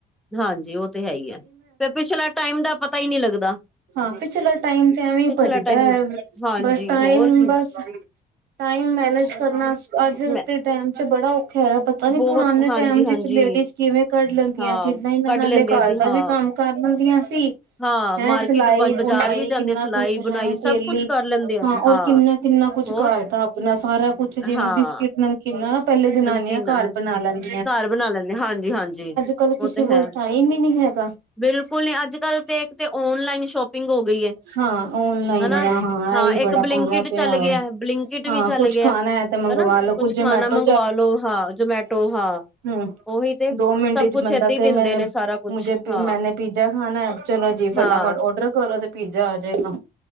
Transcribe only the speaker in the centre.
ਹਾਂਜੀ ਉਹ ਤੇ ਹੈ ਹੀ ਹੈ ਤੇ ਪਿਛਲਾ ਟਾਈਮ ਦਾ ਪਤਾ ਹੀ ਨਹੀਂ ਲੱਗਦਾ
ਪਿਛਲਾ
ਟਾਈਮ
ਨੀ ਹਾਂਜੀ
ਹੋਰ ਕੀ
ਮੈਂ
ਬਹੁਤ
ਹਾਂਜੀ,
ਹਾਂਜੀ
ਹਾਂ
ਕੱਢ
ਲੈਂਦੇ
ਅਸੀਂ
ਹਾਂ
ਹਾਂ ਮਾਰਕੀਟ
ਬਾਜ਼ਾਰ
ਵੀ ਜਾਂਦੇ
ਸਿਲਾਈ
ਬੁਣਾਈ
ਸਭ
ਕੁਛ ਕਰ ਲੈਂਦੇ ਅਸੀਂ
ਹੋਰ
ਹਾਂ
ਨਮਕੀਨਾ
ਘਰ ਬਣਾ ਲੈਂਦੇ ਹਾਂਜੀ ਹਾਂਜੀ
ਉਹ
ਤੇ
ਹੈ।
ਬਿਲਕੁਲ ਨੀ ਅੱਜ ਕੱਲ ਤੇ ਇੱਕ ਤੇ ਔਨਲਾਈਨ ਸ਼ੋਪਿੰਗ ਹੋ ਗਈ ਹੈ
ਹਨਾ
ਹਾਂ
ਇੱਕ ਬਲਿੰਕਡ
ਚੱਲ
ਗਿਆ ਬਲਿੰਕਟ
ਵੀ ਚੱਲ
ਗਿਆ
ਹਨਾ
ਕੁੱਛ
ਖਾਣਾ ਮੰਗਵਾ ਲੋ ਹਾਂ ਜਮੈਟੋ ਹਾਂ
ਉਹੀ ਤੇ
ਸਭ
ਕੁਛ
ਏਦਾਂ ਹੀ
ਦਿੰਦੇ
ਨੇ ਸਾਰਾ ਕੁਛ
ਹਾਂ
ਹਾਂ